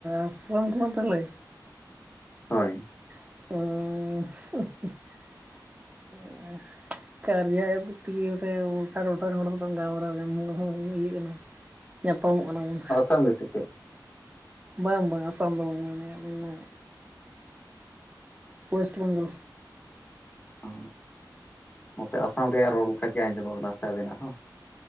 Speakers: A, on the right; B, on the left.
A: ᱟᱥᱟᱢ ᱠᱷᱚᱱᱟᱜ ᱛᱟᱦᱚᱞᱮ
B: ᱦᱳᱭ᱾
A: <unintelligible> <unintelligible> ᱠᱟᱨᱭᱟ ᱮᱯᱥ ᱛᱮᱜᱮ ᱱᱚᱛᱮ ᱜᱚᱴᱟ ᱴᱚᱴᱷᱟ ᱱᱚᱭᱟ ᱠᱚ ᱜᱟᱞᱢᱟᱨᱟᱣ ᱧᱟᱢᱚ ᱦᱩᱭᱩᱜ ᱠᱟᱱᱟ᱾ ᱧᱟᱯᱟᱢᱚᱜ ᱠᱟᱱᱟᱵᱚᱱ
B: <unintelligible>
A: ᱵᱟᱝ ᱵᱟᱝ ᱟᱥᱟᱢ ᱫᱚ ᱵᱟᱹᱧ ᱢᱮᱱᱮᱫᱼᱟ ᱤᱧ ᱢᱟ ᱳᱭᱮᱥᱴ ᱵᱮᱝᱜᱚᱞ
B: ᱚ ᱱᱚᱛᱮ ᱟᱥᱟᱢ ᱨᱮᱭᱟᱜ ᱨᱚᱲ ᱞᱮᱠᱟ ᱜᱮ ᱟᱸᱡᱚᱢᱚᱜ ᱠᱟᱱᱟ ᱥᱮ ᱟᱵᱮᱱᱟᱜ ᱦᱚᱸ